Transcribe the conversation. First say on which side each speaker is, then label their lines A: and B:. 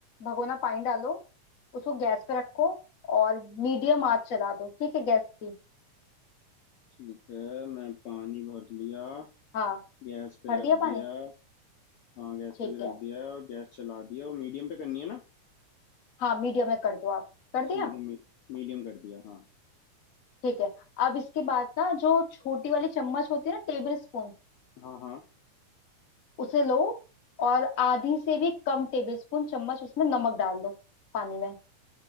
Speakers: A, on the left (about 60°); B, on the left (about 80°).
A: भगोना पानी डालो उसको गैस पे रखो और मीडियम आंच चला दो ठीक है गैस की
B: ठीक है मैं पानी भर लिया
A: हाँ
B: गैस पे
A: भर
B: रख
A: दिया पानी
B: दिया हाँ गैस
A: ठीक
B: पे भी रख
A: है
B: दिया और गैस चला दिया और मीडियम पे करनी है ना
A: हाँ मीडियम में कर दो आप कर दिया
B: ठीक है मी, मीडियम कर दिया हाँ
A: ठीक है अब इसके बाद ना जो छोटी वाली चम्मच होती है ना टेबल स्पून
B: हाँ हाँ
A: उसे लो और आधी से भी कम टेबल स्पून चम्मच उसमें नमक डाल दो पानी में